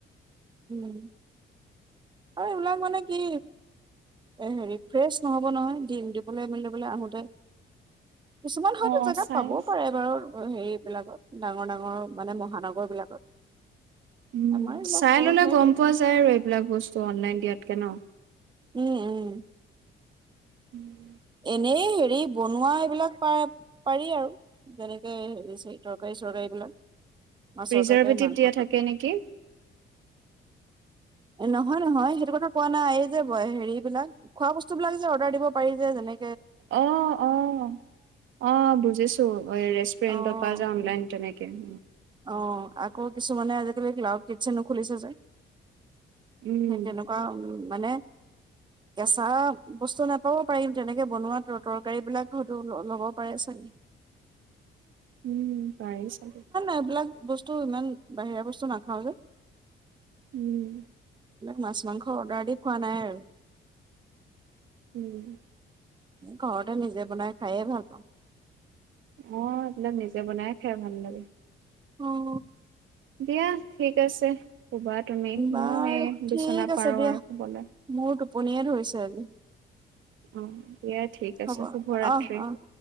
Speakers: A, on the right (about 20°); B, on the right (about 75°).
A: উম। আৰু এইবিলাক মানে কি হেৰি ফ্ৰেছ নহ'ব নহয় দিম দি পেলাই মেলি পাই আহোঁতে। কিছুমান হয়তো
B: অ'
A: জেগাত
B: চাই
A: পাবও পাৰে বাৰু হেৰিবিলাকত। ডাঙৰ ডাঙৰ মানে মহানগৰ বিলাকত।
B: উম
A: আমাৰ এইবিলাক
B: চাই
A: সৰুতহে
B: ললে গম
A: থাকে।
B: পোৱা যায় আৰু এইবিলাক বস্তু অনলাইন। ইয়াতকে ন?
A: উম উম।
B: উম।
A: এনেই হেৰি বনোৱা এইবিলাক প -পাৰি আৰু যেনেকে হেৰি তৰকাৰী চৰকাৰী বিলাক। মাছৰ
B: প্ৰিজাৰভেটিভ
A: তৰকাৰী মাংস
B: দিয়া থাকে
A: তৰকাৰী।
B: নেকি?
A: নহয় নহয় সেইটো কথা কোৱা নাই ।এই যে হেৰি বিলাক খোৱা বস্তু বিলাক যে অৰ্ডাৰ দিব পাৰি যে যেনে
B: অ' অ' অ' বুজিছো। তো অ' ৰেষ্টুৰেণ্টৰ
A: অ',
B: পৰা যে অনলাইন তেনেকে <inaudible>
A: অ' আকৌ কিছুমানে আজিকালি ক্লাউড কিটচেনো খুলিছে যে।
B: উম,
A: সেই তেনেকুৱা উ মানে কেঁচা বস্তু নাপাব পাৰিম তেনেকে বনোৱা ত -তৰকাৰী বিলাক হয়তো ল - ল'ব পাৰে ছাগে?
B: উম। পাৰেই চাগে।
A: এইবিলাক বস্তু, ইমান বাহিৰা বস্তু নাখাও যে।
B: উম,
A: মাছ মাংস অৰ্ডাৰ দি খোৱা নাই আৰু।
B: উম।
A: ঘৰতে নিজে বনাই খায়ে ভাল পাওঁ।
B: অ' <inaudible> বনাই খাই ভাল লাগে।
A: অ'।
B: দিয়া ঠিক আছে। শুবা তুমি
A: বাৰু
B: ময়ো এই বিচনা
A: ঠিক আছে
B: পাৰো
A: দিয়া
B: আৰু শুবলে।
A: মোৰ টোপনিয়ে ধৰিছে আজি।
B: অ'। দিয়া ঠিক আছে
A: হ'ব অহ
B: শুভৰাত্ৰি।
A: অহ